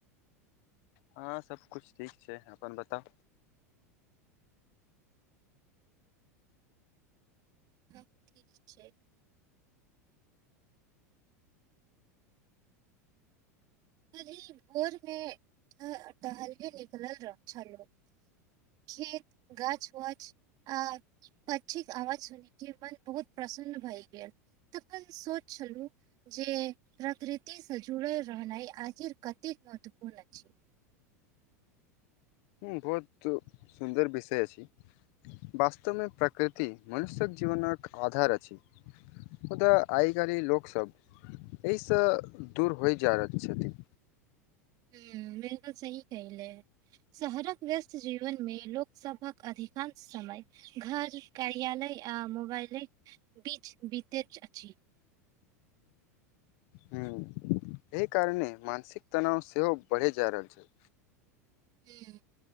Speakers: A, on the left; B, on the right.
A: हँ सब कुछ ठीक छै अपन बताउ
B: <inaudible> ठीक छै अरे भोर मे टहले निकलल छलौ खेत गाछ वाछ आ पक्षीक आवाज सुनि के मन बहुत प्रसन्न भय गेल तखन सोच छलु जे प्रकृति से जुड़ल रहनाइ आखिर कते महत्वपूर्ण छै
A: हूँ बहुत सुन्दर विषय अछि बास्त वमे प्रकृति मनुष्यक जीवनक आधारत जी मुदा आइ गरी लोक सब अय सँ दूर होई जा रहल छथिन
B: हूं मेनो सही कहलै शहरक व्यस्त जीवन मे लोक सभक अधिकांश समय घर कार्यालय आ मोबाइलैक बीच बितैत अछि
A: हूं एहि कारणेँ मानसिक तनाव सेहो भढ़ै जा रहल छै
B: हूं